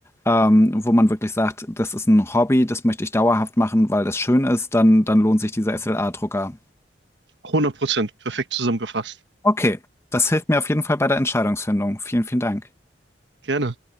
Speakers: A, on the left; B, on the right.
A: ähm, wo man wirklich sagt, das ist ein Hobby, das möchte ich dauerhaft machen, weil das schön ist, dann, dann lohnt sich dieser SLA-Drucker.
B: 100 Prozent, perfekt zusammengefasst.
A: Okay, das hilft mir auf jeden Fall bei der Entscheidungsfindung. Vielen, vielen Dank.
B: Gerne.